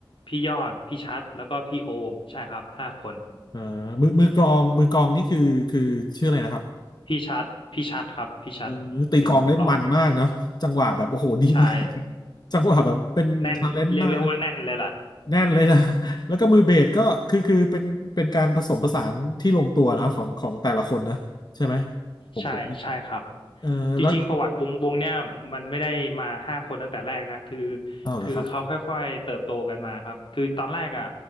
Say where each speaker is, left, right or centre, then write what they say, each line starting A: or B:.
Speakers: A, on the left; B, on the left.
A: พี่ยอดพี่ชัดแล้วก็พี่โอมใช่ครับห้าคน
B: อ่ามือมือกลองมือกลองนี่คือคือชื่ออะไรนะครับ
A: พี่ชัดพี่ชัดครับพี่ชัดเป็นมือกลอง
B: เออตีกลองได้มันมากเนาะจังหวะแบบโอ้โหดีมาก
A: ใช่
B: <laughs> จังหวะแบบเป็นทาเลนต์มากนะ
A: แน่นเรียกเรียกว่าแน่นเลยล่ะ
B: แน่นเลยนะ <laughs> แล้วก็มือเบสก็คือคือเป็นเป็นการผสมผสานที่ลงตัวเนาะของของแต่ละคนนะใช่ไหมผมผม
A: ใช่ใช่ครับ
B: เออแล้ว
A: จริงๆประวัติวงวงเนี่ยมันไม่ได้มาห้าคนตั้งแต่แรกนะคือ
B: อ้าวเหรอครับ
A: คือเขาค่อยๆเติบโตกันมาครับคือตอนแรกอ่ะ